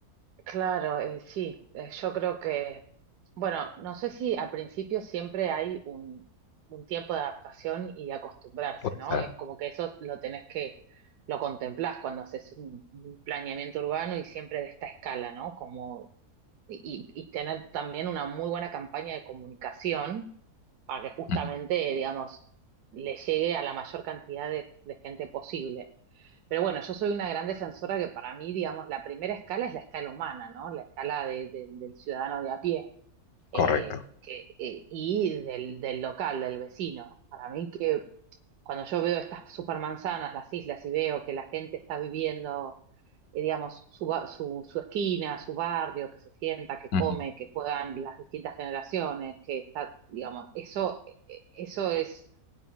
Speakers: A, on the right (about 80°); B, on the left (about 70°).
A: Claro, eh, sí, eh, yo creo que, bueno, no sé si al principio siempre hay un, un tiempo de adaptación y de acostumbrarse,
B: Puede
A: ¿no?
B: ser.
A: Es como que eso lo tenés que, lo contemplás cuando haces un, un planeamiento urbano y siempre de esta escala, ¿no? Como, y, y tener también una muy buena campaña de comunicación para que justamente,
B: Ujú,
A: digamos, le llegue a la mayor cantidad de de gente posible. Pero bueno, yo soy una gran defensora que para mí, digamos, la primera escala es la escala humana, ¿no? La escala de- de- del ciudadano de a pie eh,
B: Correcto.
A: que, eh, y del, del local, del vecino. Para mí que cuando yo veo estas supermanzanas, las islas, y veo que la gente está viviendo, eh, digamos, su, ba- su, su esquina, su barrio, que se sienta, que come,
B: Ujú,
A: que juegan las distintas generaciones, que está, digamos, eso, eh, eso es